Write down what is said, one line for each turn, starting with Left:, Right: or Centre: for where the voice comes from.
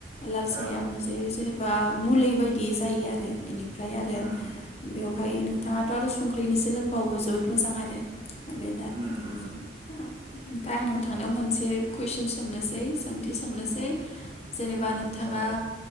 Left: लाल
Right: औ
Left: साहाया मोनसे जेनेबा मुलि बायदि जायो आरो बेनिफ्राय आरो
Right: उम
Left: बेयाव ओमफाय नोंथाङाथ' आरो संख्रिनिसो लोंबावो जोबोद मोजां आरो
Right: उम
Left: बेनो आरो ओमफ्राय आं नों थांनायाव मोनसे कुइसन सोंनोसै सोंथि सोंनोसै जेनेबा
Right: उम
Left: नोंथाङा
Right: साजा